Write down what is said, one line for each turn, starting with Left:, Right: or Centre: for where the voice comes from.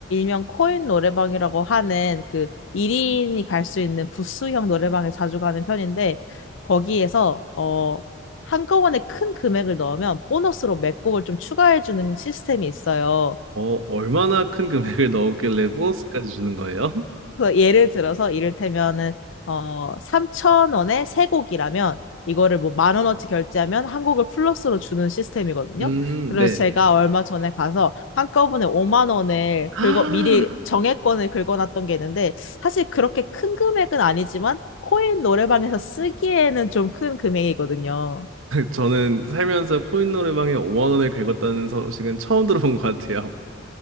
Left: 일명 코인 노래방이라고 하는 그 1인이 갈 수 있는 부스형 노래방에 자주 가는 편인데 거기에서 어, 한꺼번에 큰 금액을 넣으면 보너스로 몇 곡을 좀 추가해 주는 시스템이 있어요.
Right: 어, 얼마나 큰 금액을 넣었길래 보너스까지 주는 거예요? <laughs>
Left: 그 예를 들어서 이를테면은 어 3천 원에 세 곡이라면 이거를 뭐 만 원어치 결제하면 한 곡을 플러스로 주는 시스템이거든요.
Right: 음,
Left: 그래서
Right: 네.
Left: 제가 얼마 전에 가서 한꺼번에 5만 원을
Right: <laughs>
Left: 긁어 미리 정액권을 긁어놨던 게 있는데 사실 그렇게 큰 금액은 아니지만 코인 노래방에서 쓰기에는 좀 큰 금액이거든요.
Right: 저는 살면서 코인 노래방에 5만 원을 긁었다는 소식은 처음 들어본 것 같아요.